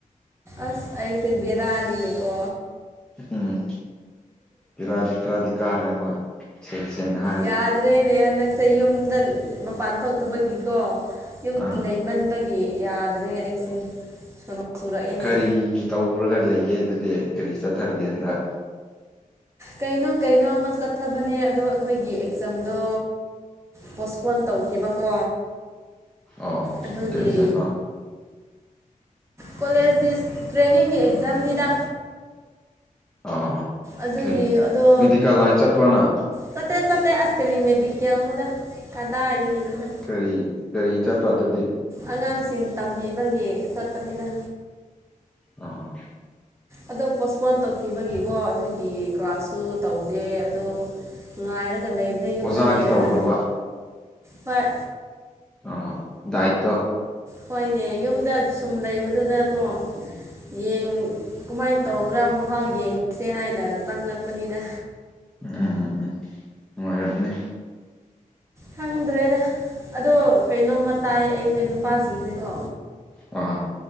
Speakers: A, on the right; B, in the centre.
A: ꯑꯁ ꯑꯩꯁꯦ ꯕꯦꯔꯥꯅꯤꯅꯦꯀꯣ
B: ꯎꯝ ꯕꯦꯔꯥꯗꯤ ꯈꯔꯗꯤ ꯀꯥꯔꯦ ꯍꯣꯏ ꯁꯦꯡꯅ ꯁꯦꯡꯅ ꯍꯥꯏ
A: ꯌꯥꯗ꯭ꯔꯦ ꯅꯦꯍꯟꯗꯛ ꯌꯨꯝꯗ ꯃꯄꯥꯟ ꯊꯣꯛꯛꯇꯕꯒꯤꯀꯣ ꯌꯨꯝꯗ
B: ꯑꯥ
A: ꯂꯩꯃꯟꯕꯒꯤ ꯌꯥꯗ꯭ꯔꯦ ꯑꯩꯁꯦ ꯁꯣꯅꯣ ꯁꯨꯔꯛꯑꯦꯅꯦ
B: ꯀꯔꯤ ꯇꯧꯔꯒ ꯂꯩꯒꯦ ꯑꯗꯨꯗꯤ ꯀꯔꯤ ꯆꯠꯊꯔꯤꯒꯦ ꯍꯟꯗꯛ
A: ꯀꯩꯅꯣ ꯀꯩꯅꯣ ꯑꯃ ꯆꯠꯊꯕꯅꯦ ꯑꯗꯣ ꯑꯈꯣꯏꯒꯤ ꯑꯦꯛꯖꯥꯝꯗꯣ ꯄꯣꯁꯄꯣꯟ ꯇꯧꯈꯤꯕꯀꯣ
B: ꯑꯣ
A: ꯑꯗꯨꯒꯤ
B: ꯀꯩ ꯑꯦꯛꯖꯥꯝꯅꯣ
A: ꯀꯣꯂꯦꯖꯀꯤ ꯇ꯭ꯔꯦꯅꯤꯡꯒꯤ ꯑꯦꯛꯖꯥꯝꯅꯤꯗ
B: ꯑ
A: ꯑꯗꯨꯒꯤ
B: ꯀꯩ
A: ꯑꯗꯣ
B: ꯃꯦꯗꯤꯀꯦꯜ ꯂꯥꯏꯟ ꯆꯠꯄ꯭ꯔꯣ ꯅꯪ
A: ꯆꯠꯇꯦ ꯆꯠꯇꯦ ꯑꯁ ꯀꯔꯤ ꯃꯦꯗꯤꯀꯦꯜ ꯅꯣꯗ ꯀꯥꯗꯥꯏ ꯗꯥꯒꯤ ꯅꯤꯗꯥ
B: ꯀꯔꯤ ꯀꯔꯤ ꯆꯠꯄꯗꯨꯗꯤ
A: ꯑꯉꯥꯡꯁꯤꯡ ꯇꯝꯕꯤꯕꯒꯤ ꯆꯠꯄꯅꯤꯗ
B: ꯑ
A: ꯑꯗꯣ ꯄꯣꯁꯄꯣꯟ ꯇꯧꯈꯤꯕꯒꯤꯀꯣ ꯑꯗꯨꯒꯤ ꯀ꯭ꯂꯥꯁꯁꯨ ꯇꯧꯗꯦ ꯑꯗꯣ ꯉꯥꯏꯔꯒ ꯂꯩꯕꯅꯦ ꯌꯨꯝꯗ
B: ꯑꯣꯖꯥꯒꯤ
A: ꯂꯩꯔꯒ
B: ꯇꯧꯕ꯭ꯔꯣꯕ
A: ꯍꯣꯏ
B: ꯑ ꯗꯥꯏꯇꯣ
A: ꯍꯣꯏꯅꯦ ꯌꯨꯝꯗ ꯁꯨꯝ ꯂꯩꯕꯗꯨꯗꯀꯣ ꯌꯦꯡ ꯀꯨꯃꯥꯏꯅ ꯇꯧꯕ꯭ꯔꯥ ꯃꯍꯥꯎ ꯌꯦꯡꯁꯦ ꯍꯥꯏꯅ ꯆꯪꯂꯛꯄꯅꯤꯗ
B: ꯎꯝ ꯎꯝ ꯎꯝ ꯅꯨꯡꯉꯥꯏꯔꯝꯅꯤ
A: ꯈꯪꯗ꯭ꯔꯦꯗ ꯑꯗꯣ ꯀꯩꯅꯣꯃ ꯇꯥꯏ ꯑꯩꯁꯦ ꯅꯨꯄꯥꯁꯤꯡꯁꯤꯀꯣ
B: ꯑ